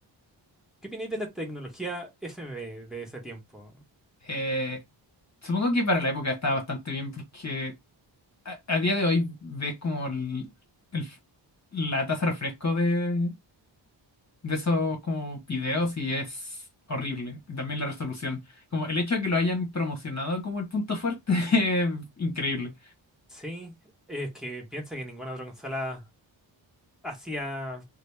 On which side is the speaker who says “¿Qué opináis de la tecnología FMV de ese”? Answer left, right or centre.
Centre